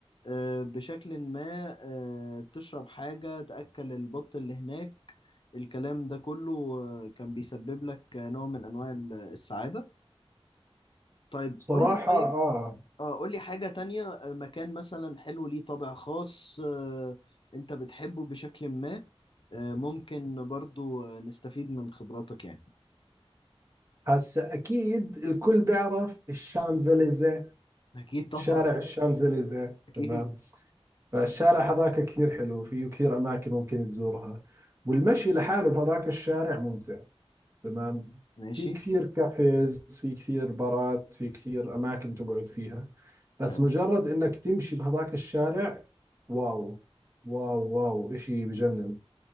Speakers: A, on the left; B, on the right.
A: آه بشكل ما آه تشرب حاجة تأكل البط اللي هناك الكلام ده كله آه كان بيسبب لك آه، نوع من أنواع ال- السعادة طيب
B: صراحة
A: قول لي طيب
B: اه
A: اه قول لي حاجة تانية آه، مكان مثلا حلو ليه طابع خاص آه أنت بتحبه بشكل ما آه ممكن برضو آه، نستفيد من خبراتك يعني
B: هسا اكيد الكل بيعرف الشانزليزيه
A: اكيد طبعا
B: شارع الشانزليزيه
A: اكيد
B: تمام فالشارع هذاك كثير حلو فيه كثير اماكن ممكن تزورها والمشي لحاله بهذاك الشارع ممتع تمام
A: ماشي
B: في كثير كافيز في كثير بارات في كثير أماكن تقعد فيها بس
A: حلو
B: مجرد إنك تمشي بهذاك الشارع واو واو واو إشي بجنن